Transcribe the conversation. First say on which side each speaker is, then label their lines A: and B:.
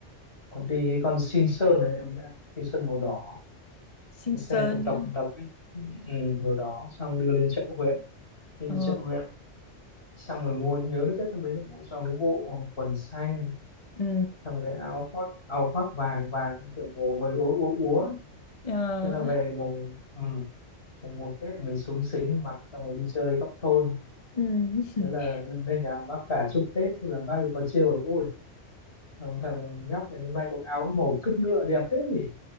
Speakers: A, on the left; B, on the left.
A: còn đi con xin Sơn này em nhá. xin Sơn màu đỏ
B: Simpson
A: cái xe tộc tộc tộc ấy ừ, màu đỏ xong đưa lên chợ huyện đưa lên
B: ờ
A: chợ huyện xong rồi mua nhớ cái Tết năm đấy là mua cho cái bộ quần xanh
B: ừ
A: xong cái áo khoác áo khoác vàng vàng kiểu màu vầy úa úa úa ấy.
B: ờ.
A: thế là về mùng ừ, mùng một Tết mình súng xính mặc xong rồi đi chơi góc thôn
B: ừ <laughs>
A: thế là lên nhà bác cả chúc Tết thế là bác ấy có trêu là ôi thằng thằng nhóc này hôm nay có áo màu cứt ngựa đẹp thế nhỉ